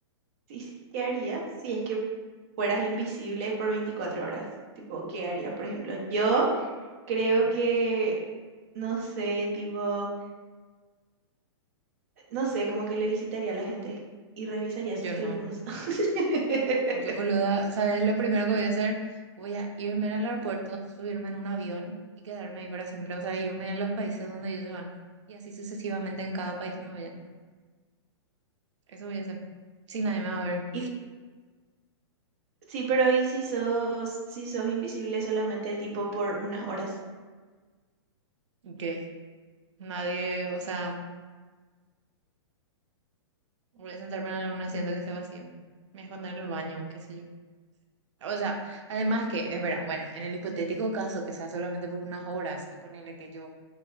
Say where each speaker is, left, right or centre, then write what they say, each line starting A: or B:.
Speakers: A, on the right (about 30°); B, on the right (about 80°).
A: Sí, sí, ¿qué harías si es que fueras invisible por 24 horas? Tipo, ¿qué harías? Por ejemplo, yo creo que, no sé, tipo, no sé, como que le visitaría a la gente y revisaría
B: yo
A: sus teléfonos.
B: no.
A: <laughs>
B: Yo, boluda, ¿sabes lo primero que voy a hacer? Voy a irme al aeropuerto, subirme en un avión y quedarme ahí para siempre. O sea, irme a los países donde ellos van. Y así sucesivamente en cada país que me vaya. Eso voy a hacer. Si nadie me va a ver.
A: Y sí, pero ¿y si sos, si sos invisible solamente tipo por unas horas?
B: ¿Y ¿Qué? Nadie, o sea, voy a sentarme en un asiento que esté vacío. Me voy a esconder en el baño, qué sé yo. O sea, además que, es verdad, bueno, en el hipotético caso que sea solamente por unas horas y ponerle que yo